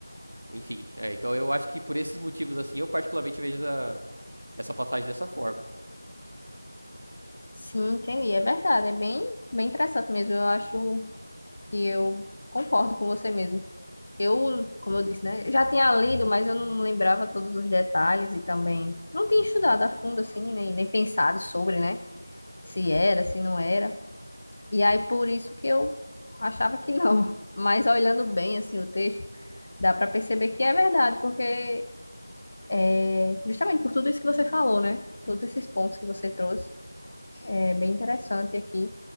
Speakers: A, on the right (about 75°); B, on the left (about 30°).
A: Enfim, é, então eu acho que por esses motivos assim, eu particularmente vejo essa, essa passagem dessa forma.
B: Sim, entendi. É verdade. É bem, bem interessante mesmo. Eu acho que eu concordo com você mesmo. Eu, como eu disse, né? Já tinha lido, mas eu não lembrava todos os detalhes e também não tinha estudado a fundo, assim, nem, nem pensado sobre, né? Se era, se não era. E aí, por isso que eu achava que não. <laughs> Mas olhando bem, assim, o texto, dá para perceber que é verdade, porque é justamente por tudo isso que você falou, né? Todos esses pontos que você trouxe. É bem interessante aqui